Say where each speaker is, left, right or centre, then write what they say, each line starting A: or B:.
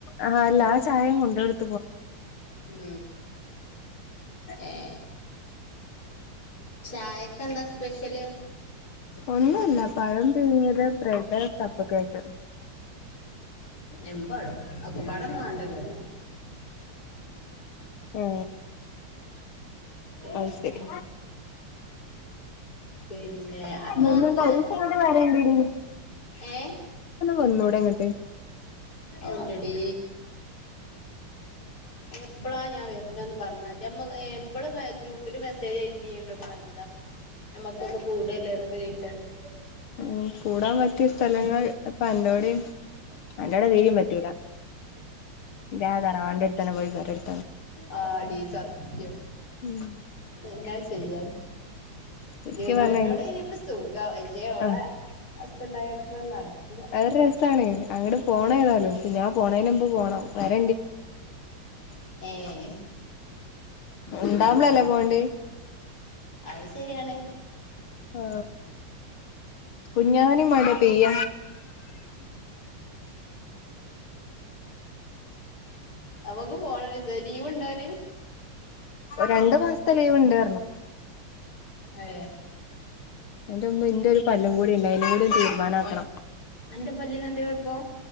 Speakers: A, on the left; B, on the left.
A: ആ ആല്ല അ ചായേം കൊണ്ടോട്ത്ത്
B: ഉം ഏ ചായക്കെന്താ സ്പെഷ ഷ്യല്
A: ഒന്നല്ല പഴം പുഴുങ്ങിയത് ബ്രെഡ് കപ്പകിഴങ്ങ്
B: എമ്പാടും ഒക്കെപാടൊന്നും വേണ്ടല്ലോ
A: ഏ
B: പിന്നെ
A: അത് ശരി
B: പിന്നെ നോക്ക്
A: നിന്നെന്താ ഒരു സൈഡ് വരേണ്ടിടി
B: ഏ
A: ഒന്നൂടെ <inaudible>
B: ഉണ്ടെടി എപ്പളാ ഞാൻ വരുന്നന്ന് പറഞ്ഞ ഞമ്മ നമ്മള് ഗ്രൂപ്പില് മെസേജ് അയച്ചീല്ലോ ജി നമക്കൊന്ന് കൂടല്ലേ എന്നൊക്കെ ചോയിച്ചാണ്ട്
A: ഉം കൂടാൻ പറ്റിയ സ്ഥലങ്ങൾ അപ്പ എൻ്റോടേയും അൻ്റോട് തീരേം പറ്റൂല <unintelligible> തറവണ്ട ട്ടാണ്ംപോയി വരാടി
B: ആ ഡീ സത്യം
A: ഉം
B: എന്നാ ചെയ്യാൻ
A: ശരിക്ക്
B: യൂബിലൻ്റോടെ
A: പറഞ്ഞ
B: ഇനിപ്പ സുഖം അല്ല്യോ ഓളേ
A: ആഹ്
B: അസുണ്ടായോടെത്ര നടക്കൂല
A: അതൊരു രസാണ് അങ്ങട് പോണ ഏതാലും ഇ ഞാൻ പോണേനുമ്പ് പോണം വര <unintelligible>
B: ഏ
A: ഇണ്ടാവുമ്പെൾ അല്ലെ പോവണ്ടെ
B: അത് ശരിയാണ്
A: ആ കുാനീ മട പെയയ
B: നമുക്ക് പോണ ലീവ് ഉണ്ടോന
A: രണ്ടു മാസത്തെ ലവുണ്ടായിരണം
B: ഏ
A: അതിന്റെ ഒന്ന്ും ഇന്റെ ഒരു പല്ലും കൂടി ഉണ്ട അതിും കൂടി തീരുമാനമാാക്കണം
B: എന്റെ പല്ലീൽ എന്ത ഇപ്പോ